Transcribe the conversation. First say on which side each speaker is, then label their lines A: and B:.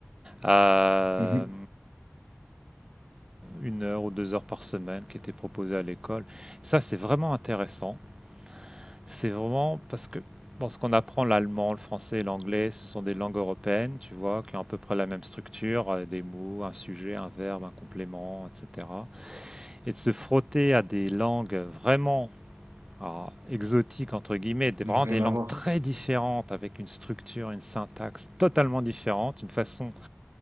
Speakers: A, on the right; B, on the right.
A: Euh,
B: Mhm.
A: une heure ou deux heures par semaine qui étaient proposés à l'école. Ça, c'est vraiment intéressant. C'est vraiment parce que bon, ce qu'on apprend, l'allemand, le français et l'anglais, ce sont des langues européennes, tu vois, qui ont à peu près la même structure, euh, des mots, un sujet, un verbe, un complément, etc. Et de se frotter à des langues vraiment alors, exotiques, entre guillemets, des,
B: Ils
A: vraiment
B: n'ont rien
A: des langues
B: à voir.
A: très différentes, avec une structure, une syntaxe totalement différente, une façon